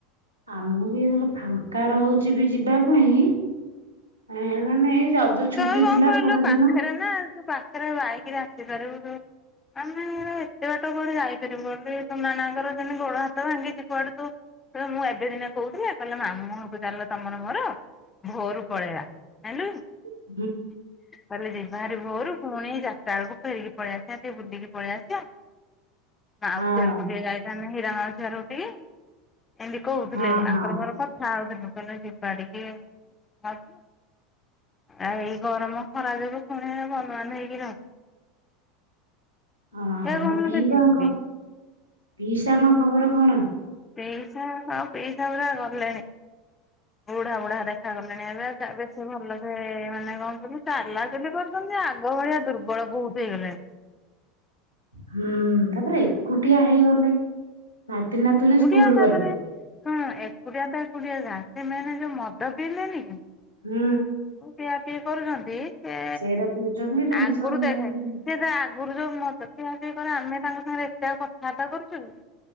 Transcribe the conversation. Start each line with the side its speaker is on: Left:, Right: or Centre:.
Right: ଆମ ବି ଏତେବେଳେ ଫାଙ୍କା ରହୁଛି ବି ଯିବା ପାଇଁ ଏ ମାନେ ଏଇ ରଜ ଛୁଟି
Left: ତମେ କଣ
Right: ଥିଲା
Left: କହିଲୁ
Right: ଖରା
Left: ପାଖରେ
Right: ଦିନ।
Left: ନା ତୁ ପାଖରେ ବାଇକିରେ ଆସିପାରିବୁ। ତୁ ଆମେ ଏତେ ବାଟ କୁଆଡ଼େ ଆଡେ ଯାଇ ପାରିବୁନି। <unintelligible> ଯେମିତି ଗୋଡ ହାତ ଭାଙ୍ଗିଛି <unintelligible> ମୁଁ ଏବେ ଦିନେ କହୁଥିଲେ କହିଲେ ମାମୁଁ ଘରକୁ ଚାଲ ତମର ମୋର ଭୋରୁ ପଳେଇବା। <unintelligible>
Right: ହୁଁ।
Left: କହିଲେ ଯିବା ଭାରି ଭୋରୁ ପୁଣି ଯା ବେଳକୁ ଫେରିକି ପଳେଇଆସିବା ଟିକେ ବୁଲିକି ପଳେଇ ଆସିବା। ମାଉସୀ
Right: ହଁ
Left: ଘରକୁ ଟିକେ ଯାଇ ହୀରା ମାଉସୀ ଘରକୁ ଟିକେ। ଏମିତି କହୁଥିଲେ,
Right: ହଁ ହଁ
Left: ଆଙ୍କର ମୋର କଥା ହଉଥିଲୁ। କହିଲେ ଯି। <unintelligible> ଆଉ ଏଇ ଗରମ ଖରା ଯୋଗୁ ପୁଣି ବନ୍ଦ୍ ବାନ୍ଦେ ହେଇକି ର
Right: ଓହୋଃ,
Left: ହେ କଣ ଗୋଟେ
Right: ପିଇସାଙ୍କ
Left: ଯିବି
Right: ପିଇସାଙ୍କ ଖବର କଣ?
Left: ପିଇସା ଆଉ ପିଇସା ପୁରା ଗଲେଣି। ବୁଢା ବୁଢା ଦେଖା ଗଲେଣି ଏବେ ସେ ବେଶୀ ଭଲ ସେ ମାନେ କଣ କହିଲୁ ଚାଲା ଚାଲି କ ମାନେ ଆଗ ଭଳିଆ ଦୁର୍ବଳ ବହୁତ ହେଇଗଲେଣି।
Right: ହୁଁ, ତାପରେ ଏକୁଟିଆ ହେଇଗଲେ। ନାତି ନାତୁଣୀ
Left: ଏକୁଟିଆ
Right: ସ୍କୁଲ
Left: ତାପରେ
Right: ଗଲେ।
Left: ଶୁଣ ଏକୁଟିଆ ତ ଏକୁଟିଆ ଯାହା, ସେ ମେନେ ଯୋଉ ମଦ ପିଇଲେନି କି
Right: ହୁଁ।
Left: ପିଆ ପିଇ କରୁଛନ୍ତି ସେ
Right: ସେରା ପିଉଛନ୍ତି ଟେନ୍ସନ
Left: ଆଗରୁ ଦେଖେ
Right: ରହିକି।
Left: ସେ ଆଗରୁ ଯୋଉ ମଦ ପିଆ ପିଇ କରେ ଆମେ ତାଙ୍କ ସାଙ୍ଗରେ ଏତେ ଆଉ କଥାବାର୍ତ୍ତା କରୁଛୁ କି।